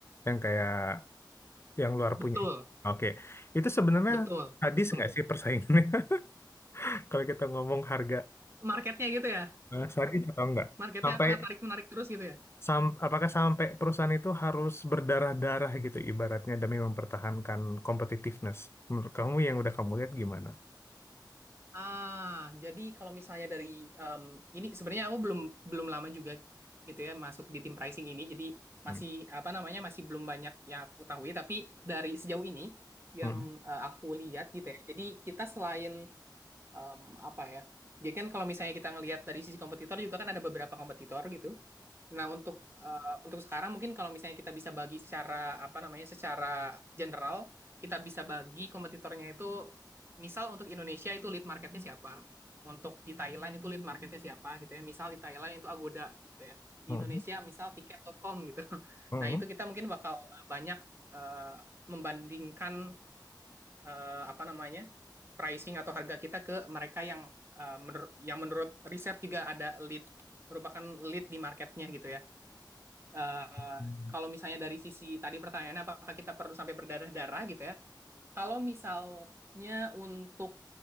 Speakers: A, on the left; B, on the right.
A: Yang kayak yang luar
B: Betul,
A: punya. Oke. Itu sebenarnya
B: betul,
A: hadis
B: betul.
A: nggak sih persaingannya? <laughs> Kalau kita ngomong harga,
B: Marketnya gitu ya.
A: eh, sadis atau enggak?
B: Marketnya
A: Sampai
B: apakah tarik menarik terus gitu ya?
A: sam, apakah sampai perusahaan itu harus berdarah-darah gitu ibaratnya demi mempertahankan competitiveness? Menurut kamu yang udah kamu lihat gimana?
B: Ah, jadi kalau misalnya dari em, ini sebenarnya aku belum belum lama juga gitu ya masuk di tim pricing ini. Jadi
A: Hmm.
B: masih apa namanya masih belum banyak yang aku ketahui. Tapi dari sejauh ini yang
A: Hmm.
B: eh, aku lihat gitu ya. Jadi kita selain em, apa ya? Jadi kan kalau misalnya kita ngelihat dari sisi kompetitor juga kan ada beberapa kompetitor gitu. Nah, untuk eh, untuk sekarang mungkin kalau misalnya kita bisa bagi secara apa namanya? secara general, kita bisa bagi kompetitornya itu misal untuk Indonesia itu lead marketnya siapa? Untuk di Thailand itu lead marketnya siapa gitu ya. Misal di Thailand itu Agoda gitu ya. Di
A: Hmm.
B: Indonesia misal tiket. tiket dot com gitu. <laughs>
A: Hmm.
B: Nah, itu kita mungkin bakal eh, banyak eh, membandingkan eh, apa namanya pricing atau harga kita ke mereka yang eh, menur- yang menurut riset juga ada lead merupakan lead di marketnya gitu ya. Eh,
A: Hmm.
B: kalau misalnya dari sisi tadi pertanyaannya apakah kita perlu sampai berdarah-darah gitu ya? Kalau misalnya untuk